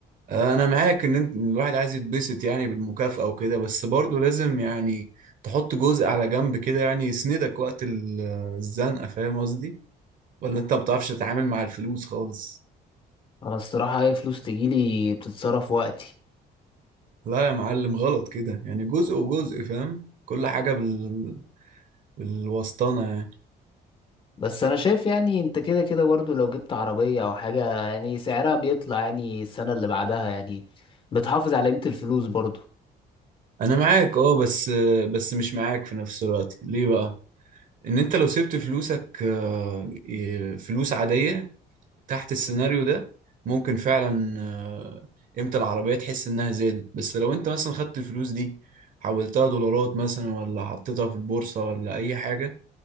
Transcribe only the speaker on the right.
آه، انا معاك ان انت إن الواحد عايز يتبسط يعني بالمكافأة وكده بس برضه لازم يعني تحط جزء على جنب كده يعني يسندك وقت ال- الزنقة فاهم قصدي ولا انت ما بتعرفش تتعامل مع الفلوس خالص
لا يا معلم غلط كده يعني جزء وجزء فاهم كل حاجة بال... بالوسطانة يعني
أنا معاك أه بس بس مش معاك في نفس الوقت ليه بقى؟ إن أنت لو سبت فلوسك آه، ي- فلوس عادية تحت السيناريو ده ممكن فعلا آه، قيمة العربية تحس إنها زادت بس لو أنت مثلا خدت الفلوس دي حولتها دولارات مثلا ولا حطيتها في البورصة ولا أي حاجة